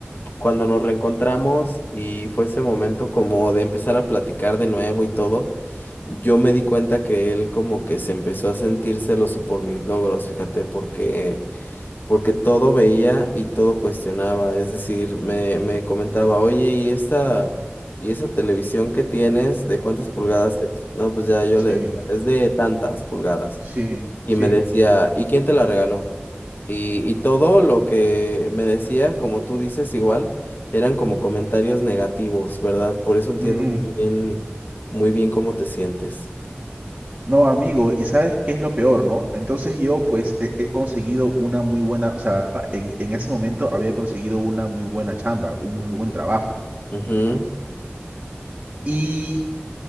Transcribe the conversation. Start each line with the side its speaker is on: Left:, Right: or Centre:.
Left: cuando nos reencontramos y fue ese momento como de empezar a platicar de nuevo y todo, yo me di cuenta que él como que se empezó a sentir celoso por mis logros, fíjate, porque porque todo veía y todo cuestionaba, es decir, me me comentaba, "Oye, ¿y esa y esa televisión que tienes, de cuántas pulgadas es?" No, pues ya yo
Right: sí,
Left: le decía, "Es de tantas pulgadas."
Right: sí,
Left: y
Right: sí.
Left: me decía, ¿y quién te la regaló? Y, y todo lo que me decía, como tú dices, igual, eran como comentarios negativos, ¿verdad? Por eso entiendo
Right: ujú.
Left: muy bien, muy bien cómo te sientes.
Right: No, amigo, y sabes qué es lo peor, ¿no? Entonces yo pues he, he conseguido una muy buena, o sea, en, en ese momento había conseguido una muy buena chamba, un muy buen trabajo.
Left: Ujú.
Right: y